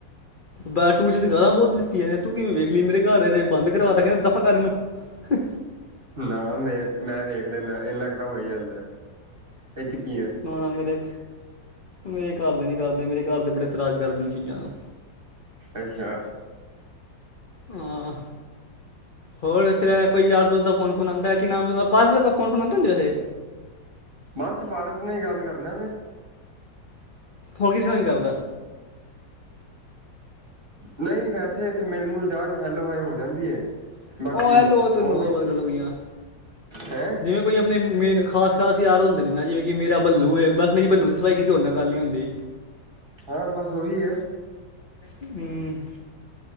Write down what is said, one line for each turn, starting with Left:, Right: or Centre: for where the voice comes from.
Left: ਬੈਟੂ 'ਚ ਤੇ ਗੱਲਾਂ ਬਹੁਤ ਦਿੱਤੀਆਂ ਨੇ, ਤੂੰ ਕਿਵੇਂ ਵੇਖ ਲਈ, ਮੇਰੇ ਘਰ ਦੇ ਤੇ ਬੰਦ ਕਰਵਾਤਾ, ਕਹਿੰਦੇ ਦਫ਼ਾਕਾਰਨ ਨੂੰ ਹ
Right: ਨਾ ਮੇ ਮੈਂ ਵੇਖ ਲੈਂਦਾ, ਇੰਨਾ ਕੁ ਤਾਂ ਹੋਈ ਜਾਂਦਾ, ਇਹ 'ਚ ਕੀ ਹੈ।
Left: ਨਾ ਨਾ, ਮੇਰੇ ਮੇਰੇ ਘਰ ਦੇ ਨੀ ਕਰਦੇ, ਮੇਰੇਰ ਦੇ ਬੜੇ ਤਰਾਜ ਕਰਦੇ ਨੇ ਚੀਜ਼ਾਂ ਤੋਂ
Right: ਅੱਛਾ।
Left: ਹਾਂ। ਹੋਰ ਫੇਰ ਕੋਈ ਯਾਰ ਦੋਸ ਦਾ ਫੋਨੋਨ ਆਂਦਾ, ਨਾਮ ਹੁੰਦਾ ਪਾਰਸ ਫੋ ਫੋਨਉਂਦਾੁੰ ਵੈਸੇ
Right: ਬਸ, ਪਾਰਸ ਨਾਲ ਗੱਲ ਕਰਨਾ ਮੈਂ
Left: ਹਣ ਕਿਸ, ਤਰ੍ਹਾਂ ਨ ਕਰਦਾ?
Right: ਨਹੀਂ ਵੈਸੇ ਇੱਥੇ ਮਿਲ ਮੁਲ ਜਾਣ, ਹੈਲੋ ਹਏ ਹੋ ਜਾਂਦੀ ਹੈ ਬਾਕੀ
Left: ਉਹ ਹੈ ਲੋ, ਤ ਨੋ
Right: ਉਹ ਵੀ
Left: ਮਲ ਗਈਆਂ
Right: ਹੈਂ
Left: ਜਿਵੇਂ ਕੋਈ ਆਪਣੇ ਮੇਨ ਖਾਸ, ਖਾਸ ਯਾਰ ਹੁੰਦੇ ਨੇ ਨਾ ਜਿਵੇਂ ਕਿ ਮੇਰਾ ਬੱਲੂ ਹੈ, ਬਸ ਮੇਰੀ ਬੱਲੂ ਦੀ ਸਫਾਈ, ਕਿਸੇ ਹੋਰ ਨਾਲ ਗੱਲ ਨਹੀਂ ਹੁੰਦੀ।
Right: ਹਾਂ, ਬਸ ਉਹੀ ਹੈ।
Left: ਹਮ।